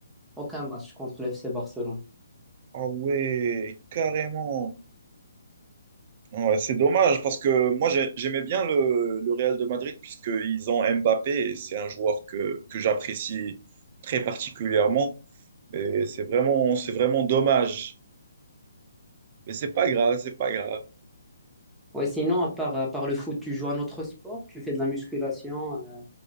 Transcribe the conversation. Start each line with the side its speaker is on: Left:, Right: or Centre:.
Centre: aucun match contre le FC Barcelone.
Right: Ah ouais, carrément. Ouais, c'est dommage parce que moi j'ai- j'aimais bien le, le Real de Madrid puisqu'ils ont Mbappé et c'est un joueur que, que j'apprécie très particulièrement. Mais c'est vraiment, c'est vraiment dommage. Mais c'est pas grave, c'est pas grave.
Centre: Ouais, sinon, à part, à part le foot, tu joues à notre sport? Tu fais de la musculation, euh,